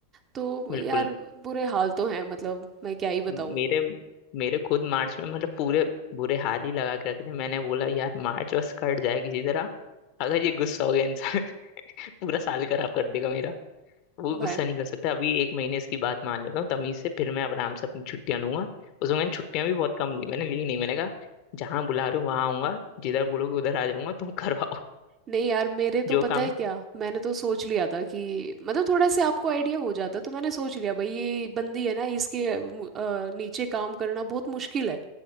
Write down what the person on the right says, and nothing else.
तो
यार बुरे हाल तो हैं मतलब मैं क्या ही बताऊं
भाई
नहीं यार मेरे
तो
पता
है क्या मैंने तो सोच लिया था कि मतलब थोड़ा से आपको आइडिया हो जाता तो मैंने सोच लिया भाई ये बंदी है ना इसके अ, मु- अ, नीचे काम करना बहुत मुश्किल है